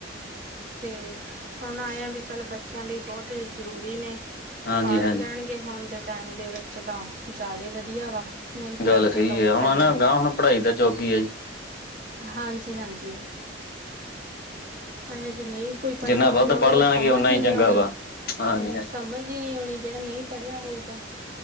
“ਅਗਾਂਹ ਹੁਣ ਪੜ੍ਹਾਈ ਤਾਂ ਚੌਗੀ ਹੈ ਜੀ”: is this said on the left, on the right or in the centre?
Left